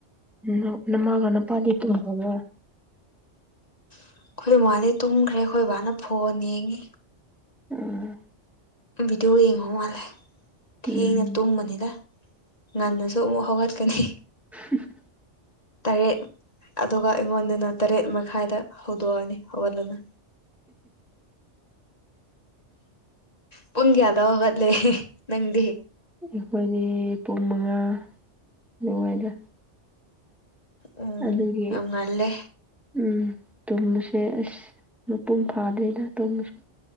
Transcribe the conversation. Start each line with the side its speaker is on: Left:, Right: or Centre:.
Centre: ꯎ ꯅꯃꯒꯅꯄꯥꯥꯗꯤ ꯄꯨꯔꯝꯃꯕꯣ
Left: ꯑꯩꯈꯣꯏ ꯏꯃꯥꯗꯤ ꯇꯨꯝꯈ꯭ꯔꯦ ꯑꯩꯈꯣꯏ ꯕꯥꯅ ꯐꯣꯟ ꯌꯦꯡꯉꯤ
Centre: ꯎꯝ
Left: ꯕꯤꯗꯤꯑꯣ ꯌꯦꯡꯕ ꯃꯥꯜꯂꯦ ꯊꯦꯡꯅ
Centre: ꯎꯝ
Left: ꯇꯨꯝꯕꯅꯤꯗ ꯉꯟꯅꯁꯨ ꯑꯃꯨꯛ ꯍꯧꯒꯠꯀꯅꯤ
Centre: <inaudible>
Left: ꯇꯔꯦꯠ ꯑꯗꯨꯒ ꯑꯩꯉꯣꯟꯗꯅ ꯇꯔꯦꯠ ꯃꯈꯥꯏꯗ ꯍꯧꯗꯣꯛꯑꯅꯤ ꯍꯧꯒꯠꯂꯅꯦ ꯄꯨꯡ ꯀꯥꯌꯥꯗ ꯍꯒꯠꯂꯦ <inaudible> ꯅꯪꯗꯤ
Centre: ꯑꯩꯈꯣꯏꯗꯤ ꯄꯨꯡ ꯃꯉꯥ ꯅꯨꯡꯉꯥꯏꯗ
Left: ꯎꯝ
Centre: ꯑꯗꯨꯒꯤ
Left: ꯌꯥꯝ ꯉꯜꯂꯦ
Centre: ꯎꯝ ꯇꯨꯝꯕꯁꯦ ꯑꯁ ꯃꯄꯨꯡ ꯐꯥꯗꯦꯅ ꯇꯨꯝꯃꯁꯨ